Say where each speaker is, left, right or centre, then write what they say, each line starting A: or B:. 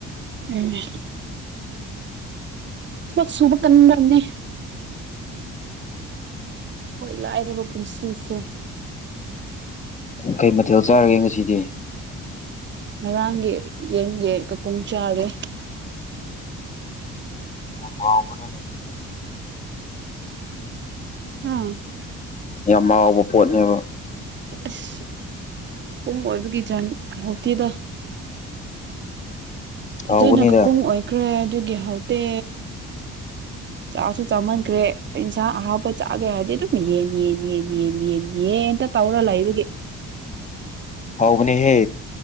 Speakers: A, on the right (about 40°); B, on the left (about 25°).
A: ꯎꯝ ꯊꯕꯛ ꯁꯨꯕ ꯀꯟꯕꯅꯦ ꯍꯣꯏ ꯂꯥꯏꯔꯕ ꯄꯨꯟꯁꯤꯁꯦ
B: ꯀꯩ ꯃꯊꯦꯜ ꯆꯥꯔꯒꯦ ꯉꯁꯤꯗꯤ
A: ꯉꯔꯥꯡꯒꯤ ꯌꯦꯟꯒꯦ ꯀꯀꯨꯝ ꯆꯥꯔꯦ
B: ꯌꯥꯝ ꯍꯥꯎꯕꯅꯤꯅꯦ ꯑꯗꯨꯗꯤ
A: ꯑꯥ
B: ꯌꯥꯝ ꯍꯥꯎꯕ ꯄꯣꯠꯅꯦꯕ
A: ꯑꯁ ꯀꯨꯝ ꯑꯣꯏꯕꯒꯤ ꯆꯅꯤ ꯍꯥꯎꯇꯦꯗ ꯐꯖꯅ
B: ꯍꯥꯎꯕꯅꯤꯗ
A: ꯀꯀꯨꯡ ꯑꯣꯏꯈ꯭ꯔꯦ ꯑꯗꯨꯒꯤ ꯍꯥꯎꯇꯦ ꯆꯥꯁꯨ ꯆꯥꯃꯟꯈ꯭ꯔꯦ ꯏꯟꯁꯥꯡ ꯑꯍꯥꯎꯕ ꯆꯥꯒꯦ ꯍꯥꯏꯔꯗꯤ ꯑꯗꯨꯝ ꯌꯦꯟ ꯌꯦꯟ ꯌꯦꯟ ꯌꯦꯟ ꯌꯦꯟ ꯌꯦꯟꯇ ꯇꯧꯔ ꯂꯩꯕꯒꯤ
B: ꯍꯥꯎꯕꯅꯦꯍꯦ